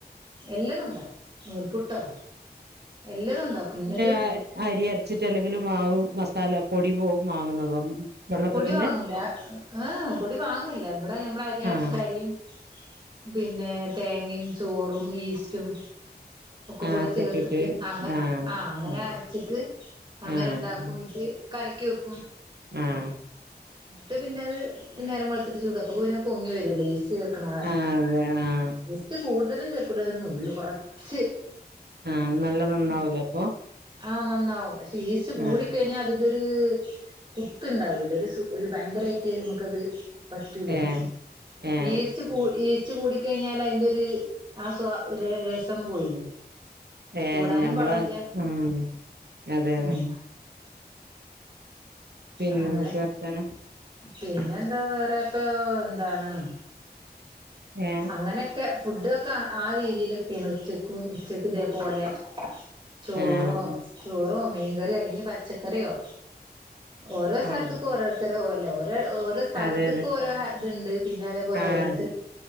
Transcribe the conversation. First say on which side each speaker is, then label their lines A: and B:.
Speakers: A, on the right (about 30°); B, on the right (about 75°).
A: എല്ലതും ഉണ്ടാക്കും നൂൽപുട്ടോ എല്ലതും ഉണ്ടാക്കും ഇന്നത്
B: അ അരി അര്ച്ചിട്ട് അല്ലെങ്കിലും മാവ് മസ് തല പൊടിവോ വാങ്ങുന്നതോ? വെള്ളപ്പത്തിന്റെ
A: പൊടി വാങ്ങൂല ഏഹ് പൊടി വാങ്ങുല്ല. ഇവടെ ഞമ്മള് അരി അരച്ചിട്ട്
B: ആഹ്
A: അരിയും പിന്നെ തേങ്ങിമ് ചോറും ഈസ്റ്റും ഒക്കെ
B: ആഹ്
A: കൂടെ
B: കെട്ടിട്ട്
A: ചേർത്തിട്ട് അങ്ങ
B: ആഹ്
A: ആ അങ്ങനെ
B: ഉം
A: അരച്ചിട്ട് അങ്ങനെ
B: ആഹ്
A: ഉണ്ടാക്കു
B: ഉം
A: ഇറ്റ് കലക്കി വെക്കും
B: ആഹ്
A: ന്നിട്ട് പിന്നെ അത് നേരം വെള്ത്തിട്ട് ചുടും. അപ്പൊ പൂനൊ പൊങ്ങി വ ലെസ്ചേർക്കണത
B: ആഹ് അതെ ആഹ്
A: ഈസ്റ്റ്‌ കൂടുതലും ചേർക്കൂല രു നുള്ള് കൊറച്ച്
B: ആ നല്ലനന്നാവൂലേ അപ്പൊ
A: ആഹ് നന്നാവും പക്ഷെ ഈസ്റ്റ് കൂടി
B: ആഹ്
A: കഴിഞ്ഞാ അതിന്റെ ഒ ര് കുത്ത് ഉണ്ടാവൂല ഒരു സു ഒരു ഭയങ്കരായിട്ട് നമുക്കത് പറ്റൂലല്ലോ
B: ഏഹ് ഏഹ്
A: ഈസ്റ്റ് കൂ ഈസ് സ്റ്റ്‌ കൂടി കഴിഞ്ഞാ അതിന്റെ ഒരു ആ സ്വ രസം പോയില്ലേ
B: ഏ
A: കൂടാനും
B: ഞമ്മള്
A: പാടില്ല
B: ഉം അതെ അതെ
A: ഉം
B: പിന്നെ
A: അങ്ങനെ
B: എന്തൊക്കെ വർത്താനം
A: പിന്നെന്താ വേറെപ്പൊ എന്താണ്
B: ഏഹ്
A: അങ്ങനെക്കെ ഫുഡൊക്കെ ആ രീതിയിലൊക്കെണുച്ച- ഉച്ചക്ക് ഇതേ
B: ഉം
A: പോലെ ചോറോ
B: ആഹ്
A: ചോറോ മീൻ കറിയല്ലെങ്കി പച്ചക്കറിയോ ഓരോ സ്ഥലത്തിക്ക്
B: ആഹ്
A: ഓരോർത്തരോ <unintelligible> ഓ ഓരോ സ്ഥലത്തിക്കും
B: അതെ അതെ
A: ഓരോ ഇത്ണ്ട് പിന്നെ അതേപോലെ
B: ആഹ്
A: ഓരോരുത്തർ
B: അതെ